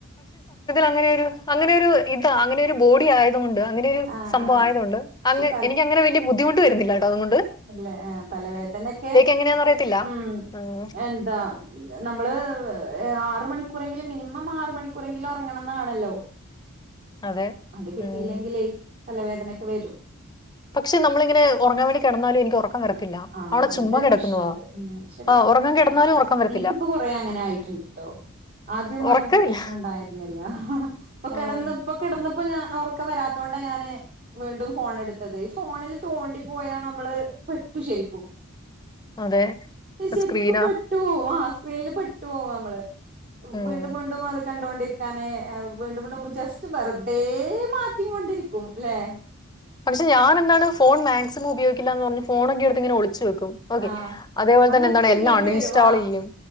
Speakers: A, on the left (about 20°); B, on the right (about 40°).
A: അങ്ങനേ വരൂ അങ്ങനെയൊരു ഇതാ അങ്ങനെയൊരു ബോഡി ആയതുകൊണ്ട് അങ്ങനെ ഒരു
B: ആഹ്
A: സംഭവം ആയത് കൊണ്ട്
B: പക്ഷെ
A: അങ്ങ എനിക്ക് അങ്ങനെ വല്യ ബുദ്ധിമുട്ട് വരുന്നില്ലട്ടോ തൊണ്ട്
B: അല്ല ആ തലവേദനക്കെ
A: എങ്ങനെയാന്ന് അറിയത്തില്ല
B: ഉ
A: ഉം
B: എന്താ നമ്മള് ആറ് മണിക്കൂറെങ്കിലും മിനിമം ആറ് മണിക്കൂറെങ്കിലും ഉറങ്ങണംന്നാണല്ലോ
A: അതെ
B: അത് കിട്ടിയില്ലെങ്കിലേ
A: ഉം
B: തലവേദനൊക്കെ വരും
A: പക്ഷ നമ്മളിങ്ങന ഉറങ്ങാവേണ്ടി കിടന്നാലും എനിക്ക് ഉറക്കം വരത്തില്ല
B: ആഹ
A: അവിടെ
B: അങ്ങനെ
A: ചുമ്മാ
B: ഒരു
A: കിടക്കുന്നതാ.
B: പ്രശ്നണ്ട് ഉ ശരിയാ
A: ആ ഉറങ്ങാൻ കിടന്നാലും ഉറക്കം വരത്തില്ല.
B: എനിക്കിപ്പോ കൊറേ അങ്ങനെ ആയിട്ടുണ്ട്ട്ടോ ആദ്യംന്നും
A: ഉറക്കമില്ല.
B: അങ്ങനത്തെ പ്രശ്നം ഉണ്ടായിരുന്നില്ല പ്പൊ
A: ഉം
B: കിടന്ന് പ്പൊ കിടന്നപ്പോ ഞാൻ ഉറക്കം വരാത്തോണ്ട ഞാന് വീണ്ടും ഫോണടുത്തത് ഈ ഫോണിൽ തോണ്ടിപ്പോയാ നമ്മള് ശരിക്കും
A: അതെ
B: ശരിക്കുമ്പോ
A: സ്ക്രീനാ.
B: പെട്ടു പോവും ആ സ്ക്രീനിൽ പെട്ടു പോവും നമ്മള്
A: ഉം.
B: വീണ്ടും വീണ്ടും അത് കണ്ടോണ്ടിരിക്കും കനെ വീണ്ടും വീണ്ടും ജസ്റ്റ് വെർതേ മാറ്റിങ്ങോണ്ടിരിക്കും ല്ലെ
A: പക്ഷെ ഞാന് എന്താണ് ഫോൺ മാക്സിമം ഉപയോഗിക്കില്ല എന്ന് പറഞ്ഞ് ഫോണോക്കെങ്ങനെ ഒളിച്ചു വെക്കും ഓക്കെ
B: ആഹ്
A: അതേപോലെ
B: അങ്ങനെ
A: തന്നെ എന്താണ്
B: ചെയ്യേണ്ടി
A: എല്ലാം അൺ ഇൻസ്റ്റാൾ
B: വരും ആഹ്
A: ചെയ്യും